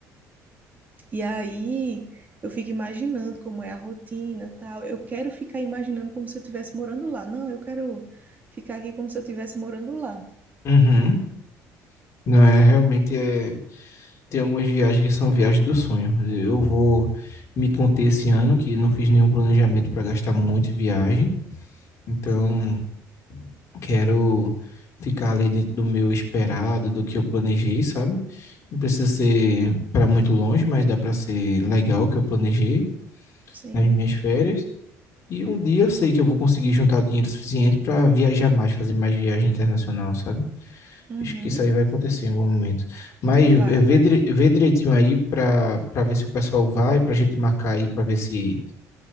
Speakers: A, on the right; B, on the left.
A: E aí eu fico imaginando como é a rotina, tal. Eu quero ficar imaginando como se eu estivesse morando lá. Não, eu quero ficar aqui como se eu estivesse morando lá.
B: uhum. Não é realmente é Tem algumas viagens que são viagens do sonho. Eu vou me conter esse ano, que não fiz nenhum planejamento para gastar muito em viagem. Então,
A: Sim,
B: quero ficar ali dentro do meu esperado, do que eu planejei, sabe? Não precisa ser para muito longe, mas dá para ser legal o que eu planejei
A: sim.
B: nas minhas férias. E um dia eu sei que eu vou conseguir juntar dinheiro suficiente para viajar mais, fazer mais viagem internacional, sabe?
A: Uhum.
B: Acho que isso aí vai acontecer em algum momento. Mas
A: Vai,
B: eh, vê,
A: vai.
B: dire- vê direitinho aí para para ver se o pessoal vai, para a gente marcar aí, para ver se